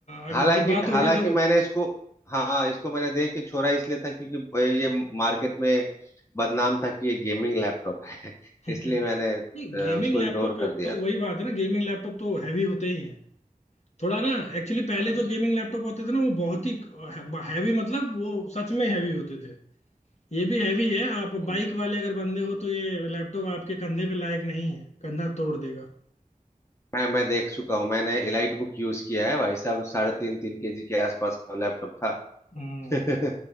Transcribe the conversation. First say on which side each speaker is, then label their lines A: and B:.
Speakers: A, on the left; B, on the left.
A: आगे
B: हालांकि
A: जब बात होगी
B: हालांकि
A: तो
B: मैंने इसको हाँ हाँ, इसको मैंने देख के छोड़ा इसलिए था क्योंकि ये मार्केट में बदनाम था कि ये गेमिंग लैपटॉप है <laughs>
A: <laughs> नहीं
B: इसलिए मैंने अ,
A: गेमिंग
B: उसको
A: लैपटॉप
B: इग्नोर कर दिया
A: तो वही बात है ना गेमिंग लैपटॉप तो हैवी होते ही हैं थोड़ा ना एक्चुअली पहले
B: था
A: जो गेमिंग लैपटॉप होते थे ना वो बहुत ही हैवी मतलब वो सच में हैवी होते थे ये भी हैवी है आप
B: हम्म।
A: बाइक वाले अगर बंदे हो तो ये लैपटॉप आपके कंधे पे लायक नहीं है कंधा तोड़ देगा
B: मैं मैं देख चुका हूँ मैंने एलाइट बुक यूज किया है भाई साहब साढ़े तीन तीन के जी के आसपास का लैपटॉप था
A: हम्म
B: <laughs>